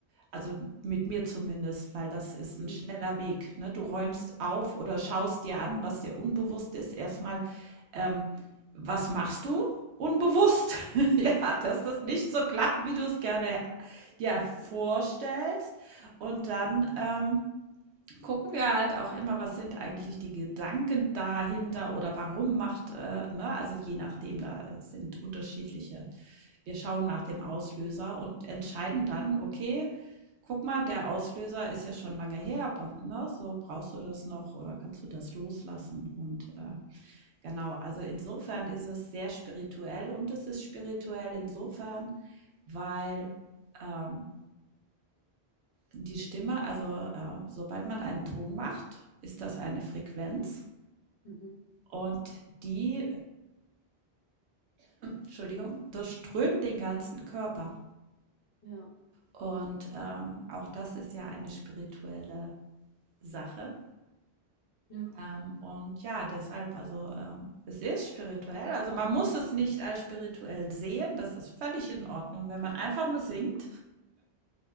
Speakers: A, on the right; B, on the left.
A: also mit mir zumindest, weil das ist
B: Mhm.
A: ein schneller Weg, ne? Du räumst auf oder schaust dir an, was dir unbewusst ist. Erstmal, ähm, was machst du? Unbewusst. <laughs> Ja, dass
B: Ja.
A: das nicht so klappt, wie du es gerne dir vorstellst. Und dann, ähm gucken wir halt auch immer, was sind eigentlich die Gedanken dahinter oder warum macht, äh, ne? Also je nachdem, da sind unterschiedliche. Wir schauen nach dem Auslöser und entscheiden dann, okay, guck mal, der Auslöser ist ja schon lange her, aber, ne? So brauchst du das noch oder kannst du das loslassen? Und äh, genau, also insofern
B: Und
A: ist es sehr spirituell und es ist spirituell insofern, weil ähm, die Stimme, also äh, sobald man einen Ton macht, ist das eine Frequenz
B: Mhm.
A: und die, Entschuldigung, durchströmt den ganzen Körper.
B: Ja.
A: Und ähm, auch das ist ja eine spirituelle Sache.
B: Ja.
A: Ähm, und ja, deshalb, also ähm, es ist spirituell. Also man muss es nicht als spirituell sehen. Das ist völlig in Ordnung, wenn man einfach nur singt.